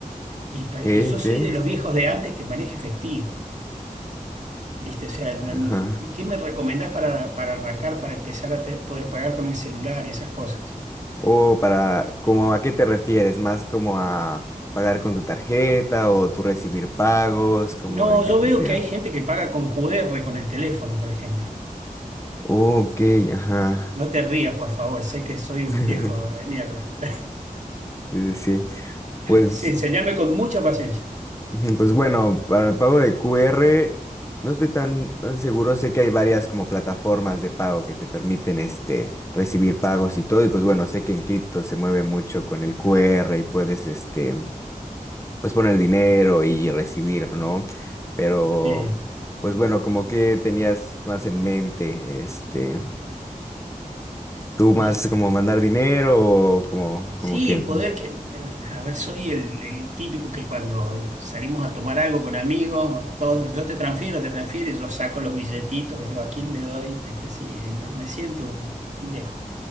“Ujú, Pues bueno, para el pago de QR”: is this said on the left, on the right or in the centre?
Left